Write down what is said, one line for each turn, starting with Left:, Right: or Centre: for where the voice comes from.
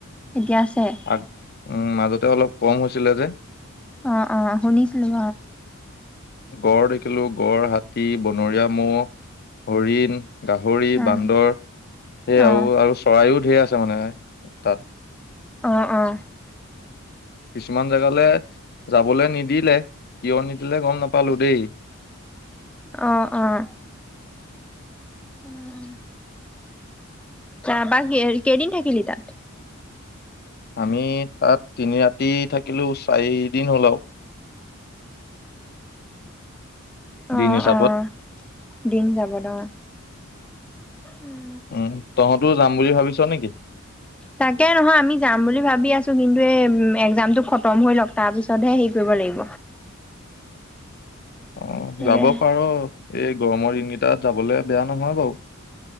Centre: এতিয়া আছে
Left: আগ উম মাজতে অলপ কম হৈছিলে যে
Centre: আহ অ শুনি চিলো
Left: গড় দেখিলো গড় হাতী বনৰীয়া ম' হৰিণ গাহৰি
Centre: অ', অ',
Left: বান্দৰ সেয়া
Centre: অ',
Left: আৰু আৰু চৰাইও ধে আছে মানে এ ত
Centre: আহ অ
Left: কিছুমান জেগালৈ যাবলৈ নিদিলে কিয় নিদিলে গম নাপালো দেই
Centre: আহ আহ উম যোৱাবাৰ কেইদিন থাকিলি তাত?
Left: আমি তাত তিনি ৰাতি থাকিলো চাৰিদিন হল আৰু।
Centre: অ',
Left: দিন হিচাপত
Centre: অ ', দিন যাব দ, উম, '
Left: উম', তহঁতও যাম বুলি ভাবিছ নেকি?
Centre: তাকে নহয় আমি যাম বুলি ভাবি আছো, কিন্তু এই এক্জামটো খতম হৈ লওক তাৰ পিছতহে হেৰি কৰিব লাগিব।
Left: অ',
Centre: তাকে
Left: যাব পাৰ এই গৰমৰ দিনকেই, তাত যাবলৈ বেয়া নহয় বাৰু।